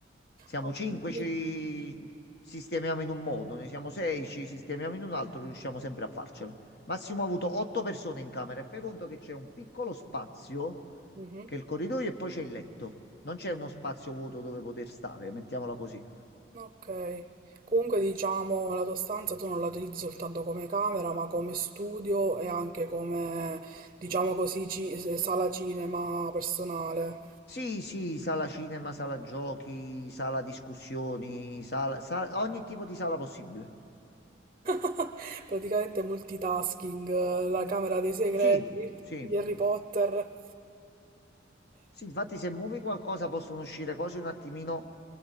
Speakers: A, on the left; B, on the right.
A: Siamo
B: Ma
A: cinque,
B: quindi...
A: ci sistemiamo in un modo, ne siamo sei, ci sistemiamo in un altro, riusciamo sempre a farcela. Massimo ha avuto otto persone in camera e fai conto che c'è un piccolo spazio,
B: Mhm.
A: che è il corridoio e poi c'è il letto. Non c'è uno spazio vuoto dove poter stare, mettiamola così.
B: Ok, comunque diciamo la tua stanza tu non la utilizzi soltanto come camera, ma come studio e anche come, diciamo così, ci- eh, sala cinema personale.
A: Sì, sì, sala cinema, sala giochi, sala discussioni, sala, sa- ogni tipo di sala possibile.
B: <laughs> Praticamente multitasking, eh, la camera dei segreti
A: Sì, sì.
B: di Harry Potter.
A: Sì, infatti se muovi qualcosa possono uscire cose un attimino